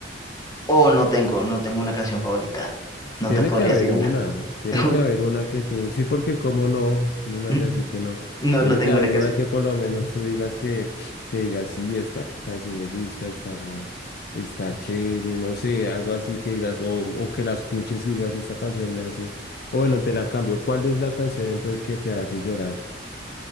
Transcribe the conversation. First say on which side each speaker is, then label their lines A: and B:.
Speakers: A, on the left; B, on the left.
A: o no tengo, no tengo una canción favorita. No
B: Tiene
A: te podría
B: que haber
A: decir una.
B: una, tiene
A: <laughs>
B: que haber una que tú, sí, porque cómo no, cómo me
A: Uy,
B: vas a decir que no,
A: No,
B: tiene
A: no tengo
B: que haber
A: una canción.
B: una que por lo menos tú digas que, que digas, sí, esta canción me gusta, está, está chévere, no sé, algo así que digas, o, o que la escuches y digas, esta canción me hace, o bueno, te la cambio, ¿cuál es la canción entonces que te hace llorar?